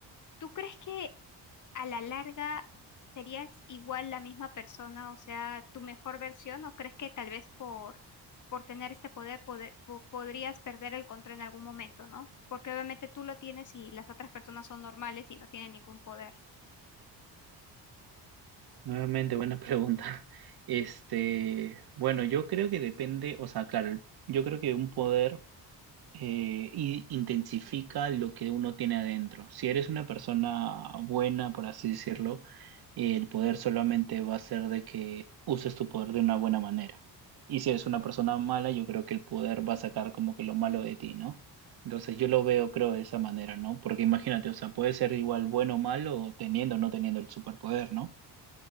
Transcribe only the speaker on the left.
¿tú crees que a la larga serías igual la misma persona, o sea, tu mejor versión, o crees que tal vez por, por tener este poder, poder- po- podrías perder el control en algún momento, ¿no? Porque obviamente tú lo tienes y las otras personas son normales y no tienen ningún poder.